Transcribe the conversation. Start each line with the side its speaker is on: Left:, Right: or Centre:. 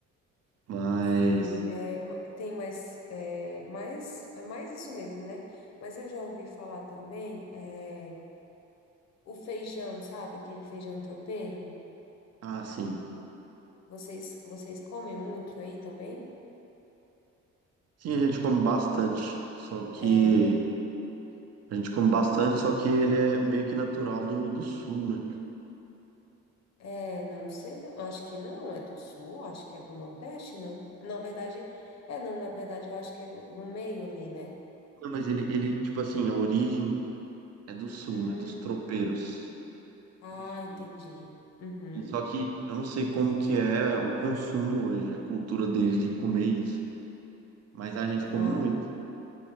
Right: Mas
Left: Sim, é, ma- tem mais, é, mais, é mais isso mesmo, né? Mas eu já ouvi falar também, é, o feijão, sabe? Aquele feijão tropeiro.
Right: Ah, sim.
Left: Vocês, vocês comem muito aí também?
Right: Sim, a gente come bastante. Só que
Left: É.
Right: a gente come bastante, só que ele é meio que natural do, do sul, né?
Left: É, não sei, não. Acho que não, é do sul, acho que é do nordeste, não. Na verdade, é não, na verdade, eu acho que é do, do meio ali, né?
Right: Não, mas ele, ele, tipo assim, a origem é do sul,
Left: Hum,
Right: né? Dos tropeiros
Left: ah,
Right: do sul.
Left: entendi. Uhum.
Right: E só que eu não sei como que é o consumo hoje, a cultura deles de comer isso. Mas a gente
Left: Ah,
Right: come muito.